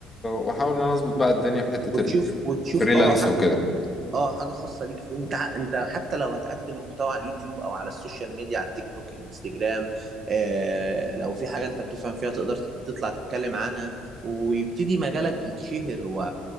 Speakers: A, on the left (about 20°); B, on the right (about 40°).
A: واحاول ان انا اظبط بقى الدنيا في حته
B: وتشوف وتشوف
A: الفريلانس
B: اه حاجه
A: وكده
B: اه حاجه خاصه ليك في انت انت حتى لو هتقدم محتوى على اليوتيوب او على السوشيال ميديا على التيك توك الانستجرام آه لو في حاجه انت بتفهم فيها تقدر تطلع تتكلم عنها ويبتدي مجالك يتشهر و...